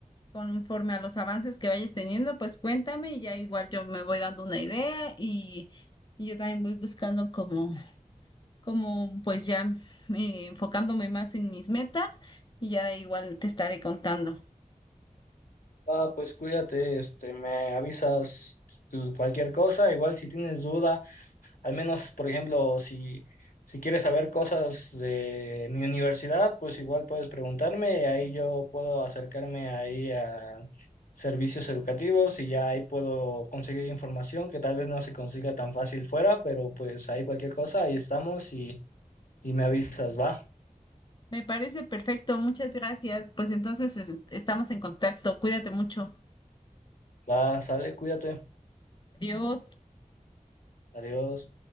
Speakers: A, on the left; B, on the left.
A: conforme a los avances que vayas teniendo, pues cuéntame y ya igual yo me voy dando una idea y, y yo también voy buscando como como pues ya eh, enfocándome más en mis metas y ya igual te estaré contando.
B: Ah, pues cuídate, este, me avisas tu- cualquier cosa, igual si tienes duda. Al menos, por ejemplo, si, si quieres saber cosas de mi universidad, pues igual puedes preguntarme, y ahí yo puedo acercarme ahí a servicios educativos y ya ahí puedo conseguir información que tal vez no se consiga tan fácil fuera, pero pues ahí cualquier cosa, ahí estamos y, y me avisas, va,
A: Me parece perfecto, muchas gracias. Pues entonces es- estamos en contacto. Cuídate mucho.
B: va, sale, cuídate,
A: Adiós.
B: adiós.